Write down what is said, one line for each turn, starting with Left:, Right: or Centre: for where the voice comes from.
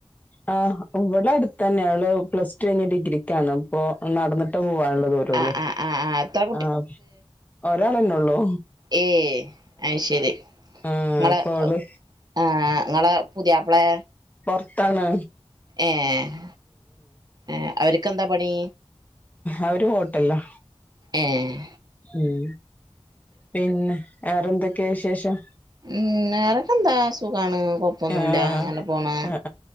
Left: ആഹ് ഇവിടെ അടുത്തന്നെ അവള് പ്ലസ് ടു കഴിഞ്ഞ് ഡിഗ്രിക്കാണ് ഇപ്പൊ നടന്നിട്ട് പോവാണ് വരുള്ളൂ
Right: ആ ആ ആ ആ എത്ര
Left: ആഹ് ഒരാൾതന്നെ ഒള്ളൂ
Right: ഏഹ് അത് ശരി നിങ്ങളെ
Left: ആഹ് അപ്പൊ അവള്
Right: ആഹ് നിങ്ങളെ പുതിയാപ്പളെ
Left: പുറത്താണ്
Right: ഏഹ് ഏഹ് അവർക്കെന്താ പണി
Left: അവര് ഹോട്ടലിലാ
Right: ഏഹ്
Left: ഉം പിന്നെ വേറെന്തക്കയാ വിശേഷം
Right: ഉം വേറെക്കെ എന്താ സുഖാണ് കൊഴപ്പൊന്നുമല്ല
Left: ആഹ്
Right: അങ്ങനെ പോണ്
Left: ആഹ്